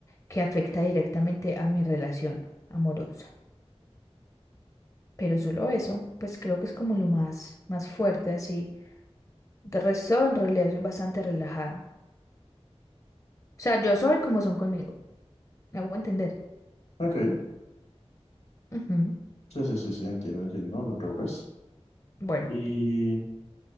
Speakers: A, on the left; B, on the left.
A: que afecta directamente a mi relación amorosa. Pero solo eso, pues creo que es como lo más, más fuerte así. De resto, en realidad soy bastante relajada. O sea, yo soy como son conmigo. Me hago entender.
B: Ok,
A: Ujú.
B: sí, sí, sí, sí, entiendo, entiendo, no te preocupes.
A: Bueno,
B: Y